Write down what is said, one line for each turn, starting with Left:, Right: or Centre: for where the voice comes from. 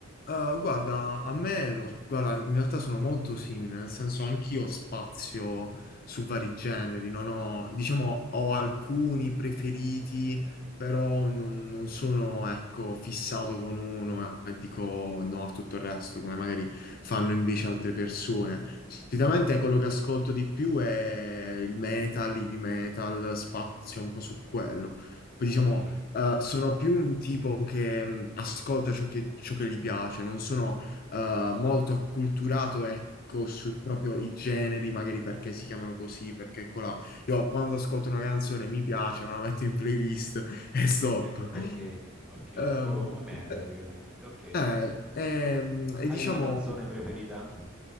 Left: Eh, guarda, a me lo- guarda, in realtà sono molto simile, nel senso anch'io spazio su vari generi, non ho, diciamo, ho alcuni preferiti, però non, non sono, ecco, fissato con uno e dico no a tutto il resto, come magari fanno invece altre persone. Sicuramente quello che ascolto di più è il metal, heavy metal, spazio un po' su quello. Poi diciamo,
Centre: Ok.
Left: Uh, sono più un tipo che mh, ascolta ciò che, ciò che gli piace, non sono uh, molto acculturato, ecco, su proprio i generi, magari perché si chiamano così, perché colà. Io quando ascolto una canzone mi piace, me la metto in playlist <laughs> e stop.
Centre: Eh, ok, ok,
Left: Um,
Centre: Co- come me praticamente,
Left: eh,
Centre: ok.
Left: eh, ehm, e
Centre: Hai
Left: diciamo.
Centre: una canzone preferita?